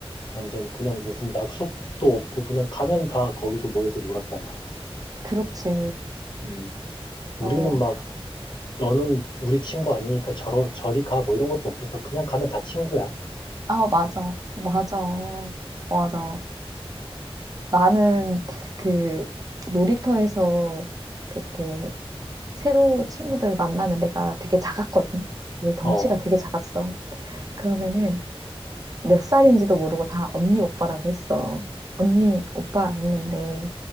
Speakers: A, on the left (about 50°); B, on the right (about 35°).
A: 완전 그냥 무슨 약속도 없고 그냥 가면 다 거기서 모여서 놀았잖아.
B: 그렇지.
A: 음. 우리는
B: 어,
A: 막 너는 우리 친구 아니니까 저러, 저리 가, 뭐 이런 것도 없어서 그냥 가면 다 친구야.
B: 아, 맞아. 맞아. 맞아. 나는 그 놀이터에서 그렇게 새로 친구들 만나면 내가 되게 작았거든. 되게 덩치가
A: 어,
B: 되게 작았어. 그러면은 몇 살인지도 모르고 다 언니 오빠라고 했어. 언니 오빠 했는데